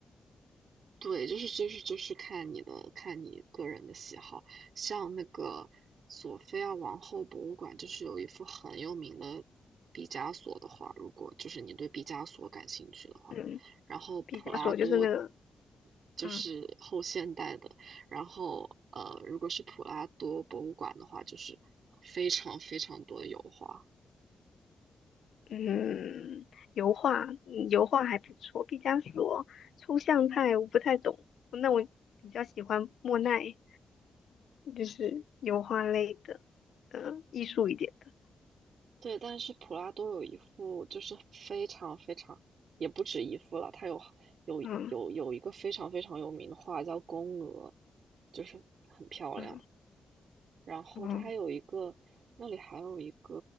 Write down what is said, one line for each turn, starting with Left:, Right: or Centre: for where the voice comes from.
Right: 对，就是就是就是看你的看你个人的喜好，像那个索菲亚王后博物馆，就是有一幅很有名的毕加索的画，如果就是你对毕加索感兴趣的话，
Left: 嗯，
Right: 然后普拉多
Left: 毕加索就是那个，
Right: 就是后现代的，
Left: 嗯
Right: 然后呃，如果是普拉多博物馆的话，就是非常非常多的油画。
Left: 嗯，油画，嗯油画还不错。毕加索抽象派我不太懂，那我比较喜欢莫奈，就是油画类的，嗯，艺术一点的。
Right: 对，但是普拉多有一幅，就是非常非常，也不止一幅了，他有有有有一个非常非常有名的画叫《宫娥》，
Left: 嗯
Right: 就是很漂亮。
Left: 嗯。啊
Right: 然后它还有一个，
Left: 嗯
Right: 那里还有一个、